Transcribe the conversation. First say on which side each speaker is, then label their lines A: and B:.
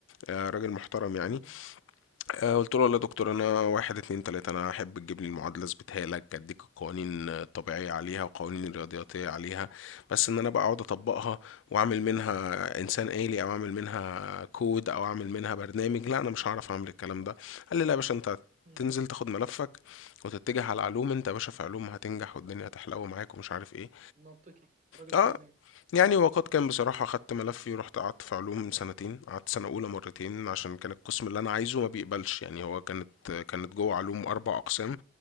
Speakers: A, on the left; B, on the right.
A: آه، راجل محترم يعني
B: مم،
A: آه، قلت له والله يا دكتور انا واحد اتنين تلاتة انا احب تجيب لي المعادلة اثبتها لك اديك القوانين الطبيعية عليها والقوانين الرياضياتية عليها بس ان انا بقى اقعد اطبقها واعمل منها انسان آلي او اعمل منها كود او اعمل منها برنامج لا انا مش هعرف اعمل الكلام ده قال لي لا يا باشا انت
B: مم.
A: تنزل تاخد ملفك وتتجه على علوم انت يا باشا في علوم هتنجح والدنيا هتحلو معاك ومش عارف ايه
B: منطقي راجل
A: اه
B: فهمان
A: يعني وقد كان بصراحة خدت ملفي ورحت قعدت في علوم سنتين قعدت سنة أولى مرتين عشان كان القسم اللي أنا عايزه ما بيقبلش يعني هو كانت كانت جوه علوم أربع أقسام